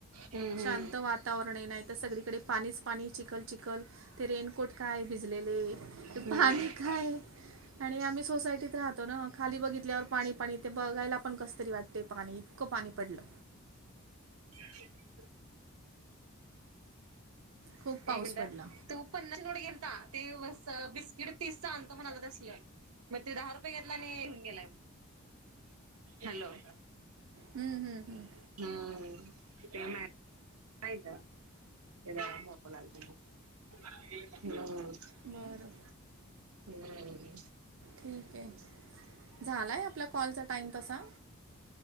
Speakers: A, on the right (about 80°); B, on the right (about 65°).
A: हम्म
B: शांत वातांवरण आहे नाहीं तरं सगळींकडे पाणीचं पाणी चिखलं चिखलं ते रेनकोट कायं भिजलेले ते
A: हम्म
B: पाणी
A: हम्म
B: कायं अ रे आम्हीं सोसांयटीत राहतो नां खांली बघितल्यांवर पाणी पाणी ते बघायलां पणं कसं तरी वाटतें पाणी इतकं पाणी पडलं
A: ह <unintelligible>
B: खूप पाऊस
A: एक गंदा
B: पडला
A: तूं पन्नासवची घेऊन गेलतां नां ते बिस्किट तीस चे आणतो म्हणालां शिंवम मंग ते दहां रुपये घेतलां आणि येऊंन गेलां हॅलो
B: हम्मं हम्मं हम्मं
A: हम्मं ते आयतां एलांग झोपालागली हम्मं
B: बरं
A: हम्म
B: ठीकं आहे झालायं आपलां आपलां कॉलचां टाईम तसां